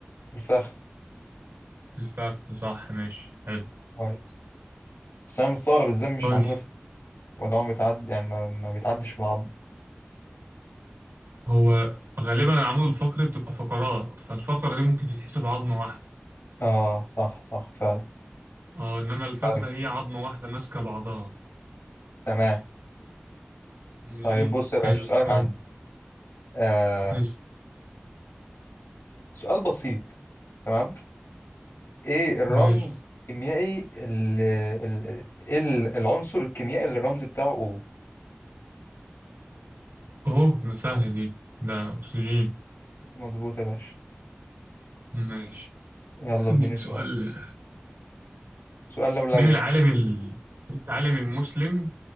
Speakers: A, on the left; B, on the right.
A: الفخذ
B: الفخذ صح ماشي حلو
A: طيب بس أنا مستغرب إزاي مش
B: طيب
A: العمود الفقري ولا هو بيتعدي يعني ما, ما بيتعدش في العظم
B: هو غالبا العمود الفقري بتبقى فقرات فالفقرة دي ممكن تتحسب عظمة واحدة
A: آه صح صح فعلا
B: اه انما الفخذة
A: طيب
B: هي عظمة واحدة ماسكة بعضها
A: تمام
B: ماشي
A: طيب بص
B: حلو
A: يا باشا سؤالك
B: طيب
A: عندي آه
B: بس
A: سؤال بسيط تمام إيه الرمز
B: ماشي
A: الكيميائي ال- ال- إيه ال- العنصر الكيميائي اللي الرمز بتاعه O
B: اهو ده سهلة دي ده اكسجين
A: مظبوط يا باشا
B: ماشي
A: يلا
B: عندك
A: اديني
B: سؤال
A: سؤال سؤال لولبي
B: مين العالم
A: بقى
B: ال- العالم المسلم